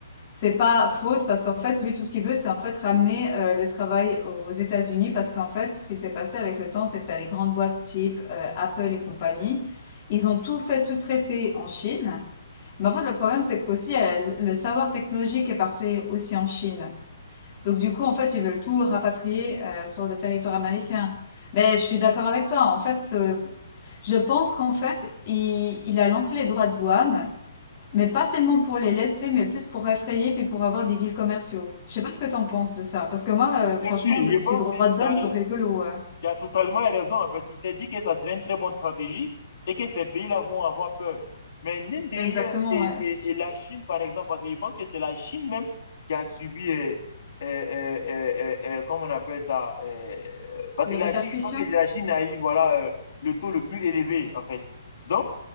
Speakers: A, on the left (about 40°); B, on the left (about 55°).
A: c'est pas faute parce qu'en fait, lui, tout ce qu'il veut, c'est, en fait, ramener, euh, le travail aux États-Unis parce qu'en fait, ce qui s'est passé avec le temps, c'est que t'as les grandes boîtes type, euh, Apple et compagnie. Ils ont tout fait sous-traiter en Chine. Mais en fait, le problème, c'est qu'aussi, euh, le savoir technologique est parti aussi en Chine. Donc, du coup, en fait, ils veulent tout rapatrier euh, sur le territoire américain. Ben, je suis d'accord avec toi. En fait, ce- je pense qu'en fait, il, il a lancé les droits de douane, mais pas tellement pour les laisser, mais plus pour effrayer puis pour avoir des deals commerciaux. Je sais pas ce que t'en penses de ça, parce que moi, euh,
B: Bien
A: franchement,
B: sûr, je
A: je-
B: pense
A: ces droits
B: que tu
A: de douane
B: as,
A: sont rigolos. ouais.
B: tu as totalement raison. En fait, il s'est dit que ça serait une très bonne stratégie et que ces pays-là vont avoir peur. Mais mine de
A: Exactement,
B: rien, et,
A: ouais.
B: et, et la Chine, par exemple, parce que je pense que c'est la Chine même qui a subi, euh, euh, euh, euh, euh, euh, comment on appelle ça, eh, parce
A: Les
B: que la
A: répercussions.
B: Chine, je pense que la Chine a eu, voilà, eh, le taux le plus élevé, en fait. Donc,